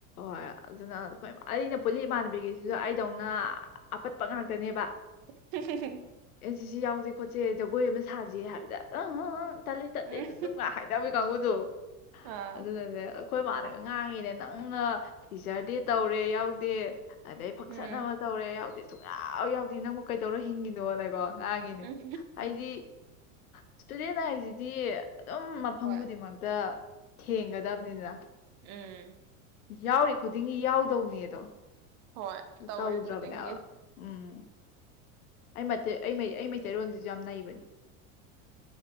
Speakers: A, on the left; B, on the right.
A: ꯍꫭꯏ ꯑꯗꯨꯅ ꯑꯈꫭꯏ <unintelligible> ꯑꯩꯅ ꯄꯨꯜꯂꯤ ꯏꯃꯥꯟꯅꯕꯤꯒꯩꯁꯤꯁꯨ ꯑꯩꯗꯧꯅ ꯑ ꯑꯄꯠꯄ ꯉꯥꯛꯇꯅꯦꯕ
B: <inaudible>
A: ꯑꯦꯟ ꯁꯤ ꯁꯤ ꯌꯥꯎꯁꯦ ꯈꯣꯠꯁꯦ ꯖꯒꯣꯏ ꯑꯃ ꯁꯥꯖꯦ ꯍꯥꯏꯕꯗ ꯑꯪ ꯇꯠꯂꯤ ꯇꯠꯂꯤ
B: ꯎꯝ
A: ꯑꯗꯨ ꯅꯨꯡꯅ ꯍꯥꯏꯗꯒꯤ ꯀꯥꯡꯕꯨꯗꯣ
B: ꯑꯥ
A: ꯑꯗꯨꯅꯅꯦ ꯑꯩꯈꯣꯏ ꯄꯥꯔꯒ ꯉꯥꯡꯉꯔꯦꯅ ꯎꯅ ꯇꯤꯆꯔꯗꯤ ꯇꯧꯔꯦ ꯌꯥꯎꯗꯦ ꯑꯗꯩ ꯐꯪꯁꯟ
B: ꯎꯝ
A: ꯑꯃ ꯇꯧꯔꯦ ꯌꯥꯎꯗꯦ ꯁꯨꯡꯌꯥꯎ ꯌꯥꯎꯗꯦ ꯅꯪꯕꯨ ꯀꯩꯧꯔ ꯍꯤꯡꯉꯤꯅꯣꯅꯦꯀꯣ ꯉꯥꯡꯉꯦꯅꯦ
B: ꯎꯝ
A: ꯑꯩꯗꯤ ꯏꯁꯇꯨꯗꯦꯟ ꯍꯥꯏꯤꯗꯤ ꯑꯗꯨꯝ ꯃꯐꯝ
B: ꯍꯣꯏ
A: ꯈꯨꯗꯤꯡꯃꯛꯇ ꯊꯦꯡꯒꯗꯕꯅꯤꯅ
B: ꯎꯝ
A: ꯌꯥꯎꯔꯤ ꯈꯨꯗꯤꯡꯒꯤ ꯌꯥꯎꯗꯧꯅꯦ ꯑꯗꯣ
B: ꯍꯣꯏ ꯇꯧꯔꯤ
A: ꯇꯧꯗ꯭ꯔꯕꯅꯦꯕ
B: ꯈꯨꯗꯤꯡꯒꯤ
A: ꯎꯝ ꯑꯩ ꯑꯩ ꯃꯩꯇꯩꯔꯣꯟꯁꯤꯁꯨ ꯌꯥꯝ ꯅꯩꯕꯅꯤ